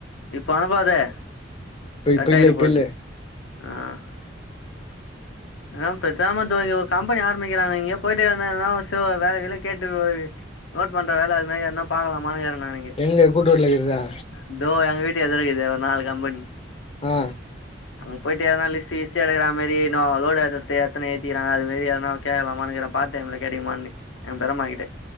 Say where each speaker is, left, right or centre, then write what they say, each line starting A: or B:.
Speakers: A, on the left (about 85°); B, on the left (about 30°).
A: இப்ப அனுபாதே
B: இப்ப
A: கட்
B: இப்ப இல்ல
A: ஆய்ட
B: இப்ப
A: போது
B: இல்ல
A: ஆ ஆ பேசாம இந்தோ இங்க ஒரு கம்பெனி ஆரம்பிக்கிறாங்க இங்கே போயிட்டுஎனா வேல கீழ கேட்டு வையி நோட்பண்ணற வேல அதுமாரி எனா பாக்கலாமானு கேளு நாளைக்
B: எங்க கூட்டுர்ல இருக்தா
A: இதோ எங்க வீட்டு எதர இக்குதே நாலு கம்பெனி
B: ஆ
A: அங்க பொய்ட்டு எதனா லிஸ்ட்டு கிஸ்டுஎடுக்கற மாரி எனொ லோடு எத்துறது ஏத்தனா ஏத்திகிறாங்க அது மாரி எதுனா கேகலாமானுகிறே பார்ட் டைம்ல கெடக்குமானு எ பேறமாகிட்டே